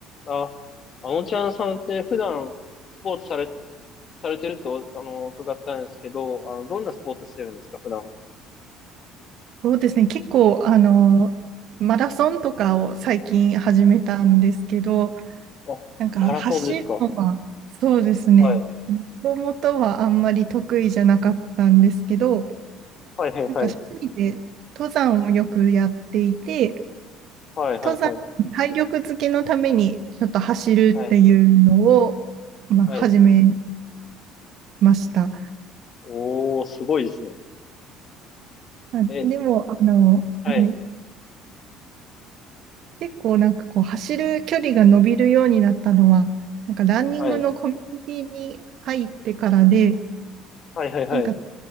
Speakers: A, on the left; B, on the right.
A: あ、あのちゃんさんって普段スポーツされ、されてると、あの、伺ったんですけど、あの、どんなスポーツしてるんですか、普段。
B: そうですね、結構、あの、マラソンとかを最近始めたんですけど、
A: あ、
B: なんか走るのはそうですね、
A: マラソンですか。はい。
B: もともとはあんまり得意じゃなかったんですけど、
A: はいはいはい。
B: なんか趣味で登山をよくやっていて、
A: はいはいはい。
B: 登山、体力づけのためにちょっと走るっていうのを、
A: はい。
B: まあ、
A: はい。
B: 始めました。
A: おー、すごいですね。
B: あでも、
A: え、
B: あの、
A: はい。
B: はい結構なんかこう走る距離が伸びるようになったのは、なんかランニングのコミュニティに入ってからで、
A: はい。はいはいはい。
B: なんか